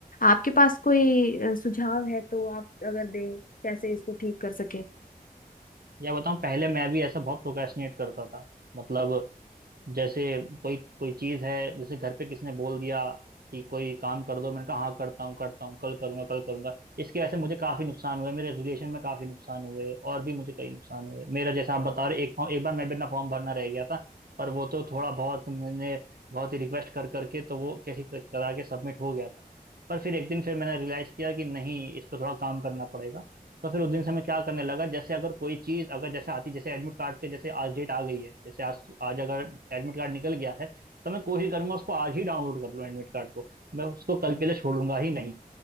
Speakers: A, on the left; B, on the right.
A: आपके पास कोई अ, सुझाव है तो आप अगर दें कैसे इसको ठीक कर सके
B: या बताऊं पहले मैं भी ऐसा बहुत प्रोक्रेस्टिनेट करता था मतलब जैसे कोई कोई चीज है जैसे घर पे किसी ने बोल दिया कि कोई काम कर दो मैंने कहा हाँ करता हूँ करता हूँ कल करूंगा कल करूंगा इसकी वजह से मुझे काफी नुकसान हुए मेरे रिलेशन में काफी नुकसान हुए और भी मुझे कई नुकसान हुए मेरा जैसा आप बता रहे एक फॉर्म एक बार मैं भी अपना फॉर्म भरना रह गया था पर वो तो थोड़ा बहुत मैंने बहुत ही रिक्वेस्ट कर करके तो वो कैसे करा के सबमिट हो गया था पर फिर एक दिन फिर मैंने रियलाइज किया कि नहीं इस पर थोड़ा काम करना पड़ेगा तो फिर उस दिन से मैं क्या करने लगा जैसे अगर कोई चीज अगर जैसे आती जैसे एडमिट कार्ड के जैसे आज डेट आ गई है जैसे आज आज अगर एडमिट कार्ड निकल गया है तो मैं कोशिश करूंगा उसको आज ही डाउनलोड कर लूँ एडमिट कार्ड को मैं उसको कल के लिए छोड़ूंगा ही नहीं